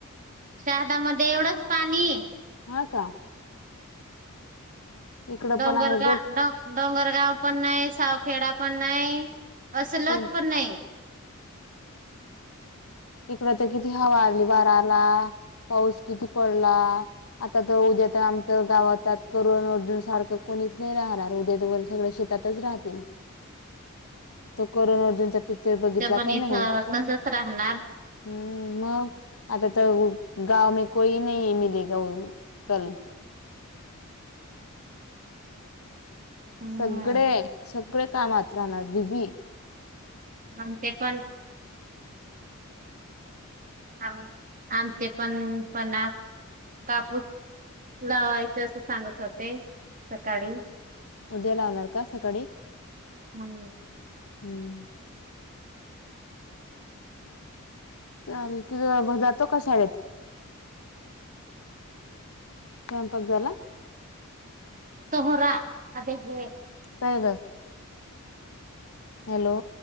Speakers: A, on the right; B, on the left.
A: साधा मधे एवढंच पाणी
B: हा का इकडं
A: डोंगरगा
B: पण आहे बघ
A: डोंगर गाव पण नाही सावखेडा पण नाही असंलत
B: तीन
A: पण नाही
B: इकड तर किती हवा आली वारा आला पाऊस किती पडला आता तर उद्या तर आमच गावात करण अर्जून सारखं कोणीच नाही राहणार उद्या तर वर सगळे शेतातच राहतील त्या करण अर्जुन पिक्चर बघितला
A: ते पण
B: का
A: इथं
B: नाही.
A: तसच राहणार
B: हम मग आता तर गाव मे कोई नही मिलेगा कल.
A: हम्म
B: सगळे सगळे कामात राहणार बीजी
A: मग ते पण आम्ही आमचे पण पण कापूस लावायचं असं सांगत होते सकाळी.
B: उद्या लावणार का सकाळी
A: हम्म
B: हम्म.
A: <inaudible> <inaudible>
B: चाल तुझ जातो का शाळेत स्वयंपाक झाला
A: तोहरा हाते घे.
B: काय ग हॅलो.